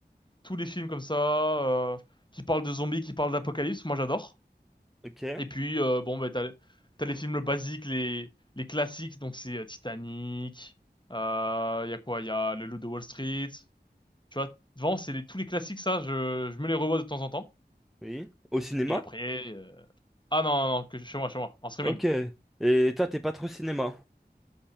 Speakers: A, on the left (about 25°); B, in the centre.
A: Tous les films comme ça euh, qui parlent de zombies, qui parlent d'apocalypse, moi j'adore.
B: Ok,
A: Et puis, euh, bon, bah, t'as, t'as les films basiques, les, les classiques, donc c'est euh, Titanic, euh, y a quoi? Y a Le Loup de Wall Street. Tu vois, devant, c'est les, tous les classiques, ça, je, je me les revois de temps en temps.
B: oui. Au cinéma?
A: Et après, euh, ah non, non, non, que, chez moi, chez moi, en streaming.
B: Ok. Et toi, t'es pas trop cinéma?